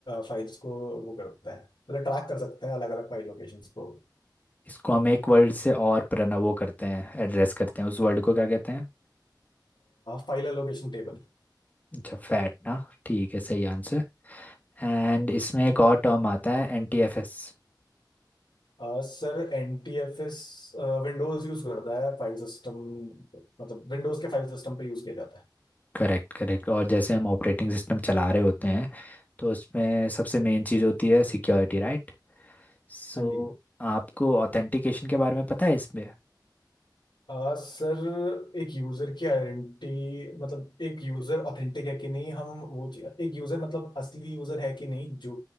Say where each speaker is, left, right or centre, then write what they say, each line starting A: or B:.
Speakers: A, on the left; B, on the left.
A: फाइल्स को वो करते हैं मतलब ट्रैक कर सकते हैं अलग अलग फाइल लोकेशंस को
B: इसको हम एक वर्ड से और प्रना वो करते हैं एड्रेस करते हैं उस वर्ड को क्या कहते हैं
A: File allocation table
B: अच्छा फैट ना ठीक है सही आंसर एंड इसमें एक और टर्म आता है एन टी एफ एस
A: आ, sir N T F S Windows use करता है फाइल सिस्टम मतलब विंडोज के फाइल सिस्टम पे यूज किया जाता है
B: Correct correct और जैसे हम ऑपरेटिंग सिस्टम चला रहे होते हैं तो उसमें सबसे मेन चीज़ होती है सिक्योरिटी राइट सो
A: हाँ जी
B: आपको ऑथेंटिकेशन के बारे में पता है इसमें
A: आ, सर एक यूजर की आइडेंटिटी मतलब एक यूजर ऑथेंटिक है कि नहीं हम वो चीज़- एक यूजर मतलब असली यूजर है कि नहीं जो